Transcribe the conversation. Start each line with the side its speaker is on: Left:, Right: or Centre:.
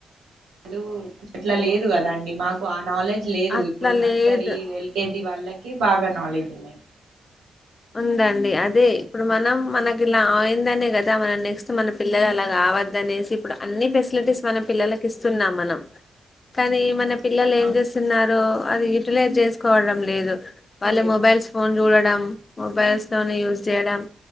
Right: చదువు ఇట్లా లేదు కదా అండి మాకు ఆ నాలెడ్జ్ లేదు
Left: అట్లా
Right: ఇప్పుడు నర్సరీ
Left: లేదు
Right: లెక్కేజి ఇది వాళ్ళకి బాగా నాలెడ్జ్ ఉన్నయి
Left: ఉందండి అదే ఇప్పుడు మనం మనకి ఇలా అయిందనే కదా మన నెక్స్ట్ మన పిల్లలు అలా కావద్దనేసి ఇప్పుడు అన్ని ఫెసిలిటీస్ మన పిల్లలకి ఇస్తున్నాం మనం కానీ మనం పిల్లలు ఏమి
Right: అవును
Left: చేస్తున్నారు అది యూటీలైజ్ చేసుకోవటం లేదు వాళ్ళ
Right: లేదు
Left: మొబైల్స్ ఫోన్ చూడట్ డమ్ మొబైల్స్ తోని యూస్ చేయడం